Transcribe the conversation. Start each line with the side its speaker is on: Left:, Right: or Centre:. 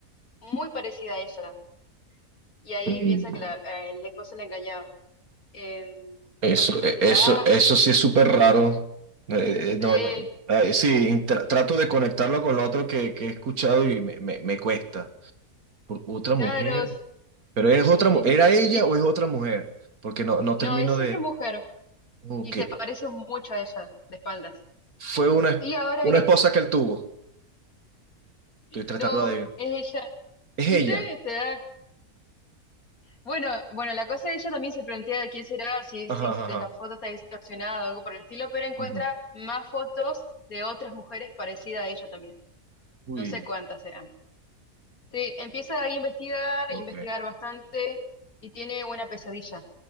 Left: muy parecida a ella. Y ahí
Right: Mm.
Left: piensa que la, eh, el esposo la engañaba. Em,
Right: Eso,
Left: se pone a investigar,
Right: e- eso, eso sí es súper raro. Eh, eh, no,
Left: ve,
Right: no. Ah, Eh, sí, intra- trato de conectarlo con lo otro que, que he escuchado y me, me, me cuesta. Por- otra mujer.
Left: claro,
Right: Pero es
Left: <laughs>
Right: otra, mu- ¿era ella
Left: y
Right: o es otra mujer? Porque no, no
Left: no,
Right: termino
Left: es
Right: de.
Left: otra mujer
Right: Ok.
Left: y se parece mucho a ella de espaldas.
Right: Fue una,
Left: Y ahora
Right: una
Left: viene...
Right: esposa que él tuvo. Estoy tratando
Left: No,
Right: de adivinar.
Left: es ella.
Right: Es
Left: ¿Viste?
Right: ella.
Left: Te da- Bueno, bueno, la cosa es que ella también se plantea de quién será, si,
Right: Ajá,
Left: si
Right: ajá,
Left: de
Right: ajá.
Left: la foto está distorsionada o algo por el estilo, pero encuentra
Right: Ujú.
Left: más fotos de otras mujeres parecidas a ella también.
Right: Uy,
Left: No sé cuántas serán. Sí, empieza ahí a investigar,
Right: ok,
Left: a investigar bastante y tiene una pesadilla.